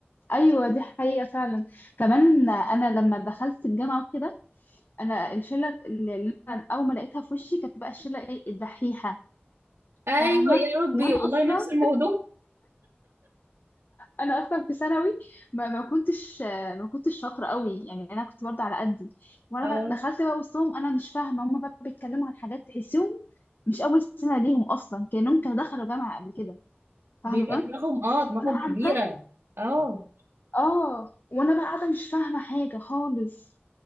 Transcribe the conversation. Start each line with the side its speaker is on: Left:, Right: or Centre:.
Left: ايوه دي حقيقه فعلا كمان انا لما دخلت الجامعه وكده انا الشله اللي اللي انا اول ما لقيتها في وشي كانت بقى الشله ايه الدحيحه
Right: ايوه
Left: فاهمه
Right: يا ربي
Left: وانا
Right: والله
Left: اصلا
Right: نفس الموضوع
Left: انا اصلا في ثانوي ما ما كنتش ما كنتش شاطره قوي يعني انا كنت برضه على قدي وانا
Right: اه
Left: دخلت بقى وسطهم انا مش فاهمه هم بقى بيتكلموا عن حاجات تحسهم مش اول سنه ليهم اصلا كانهم كانوا دخلوا جامعه قبل كده فاهمه
Right: بيبقى دماغهم اه دماغهم
Left: وانا قاعده
Right: كبيره اه
Left: اه وانا بقى قاعده مش فاهمه حاجه خالص